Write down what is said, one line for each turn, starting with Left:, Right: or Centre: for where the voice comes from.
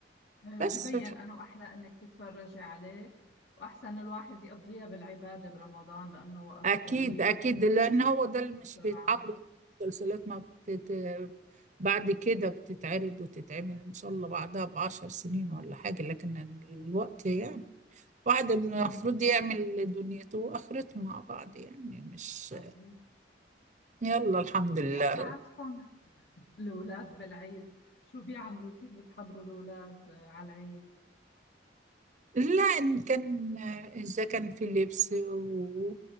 Left: ايه
Right: بس
Left: وبيبين انه احلى انك تتفرجي عليه واحسن الواحد يقضيها بالعبادة برمضان لانه وقت
Right: فأكيد
Left: قليل
Right: أكيد
Left: و-
Right: لأن
Left: ومر
Right: هو ده اللي مش
Left: بسرعة
Right: بيتعوض المسلسلات ما بتت... بعد كده بتتعرض وتتعمل إن شاء الله بعدها بعشر سنين ولا حاجة لكن الوقت يعني واحد المفروض
Left: امم
Right: يعمل دنيته وآخرته مع بعض يعني مش
Left: صحيح
Right: يلا الحمد
Left: وكيف
Right: لله
Left: عندكم الاولاد بالعيد شو بيعملوا كيف بتحضروا الاولاد آه، على العيد
Right: لا إن كان إذا كان في اللبس و...